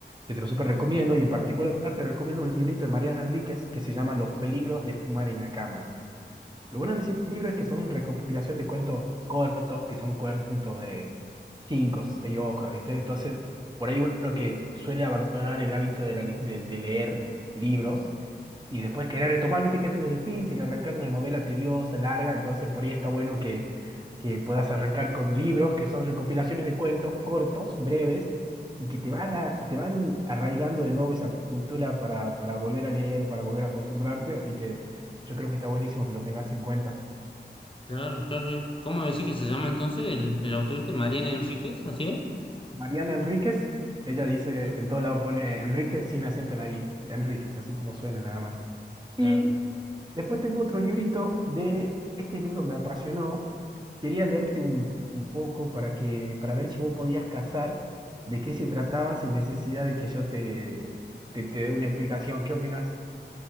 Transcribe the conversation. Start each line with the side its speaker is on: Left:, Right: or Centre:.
Right: que te lo súper recomiendo y en particular te recomiendo un librito de Mariana Enríquez que se llama Los peligros de fumar en la cama. Lo bueno de ese libro es que son recopilación de cuentos cortos, que son cuentos de cinco, o seis hojas, ¿viste? Entonces, por ahí uno que suele abandonar el hábito de, la li- de- de leer libros, y después querer retomar, viste que es medio difícil arrancar una novela tediosa, larga, entonces por ahí está bueno que, que puedas arrancar con libros que son recopilaciones de cuentos cortos, breves, y que te van a, te van arraigando de nuevo esa cultura para, para volver a leer, para volver a acostumbrarte, así que yo creo que está buenísimo que lo tengas en cuenta.
Left: Claro, claro. claro. ¿Cómo me decís que se llama entonces el, el autor este? Mariana Enríquez, ¿así es?
Right: Mariana Enríquez, ella dice,
Left: Ujú,
Right: en todo lado pone Enríquez sin acento en la I, Enríquez, así como suena nada más.
Left: Claro.
Right: Y después tengo otro librito de, este libro me apasionó, quería leerte un, un poco para que, para ver si vos podías cazar de qué se trataba sin necesidad de que yo te, te, te dé una explicación. ¿Qué opinas?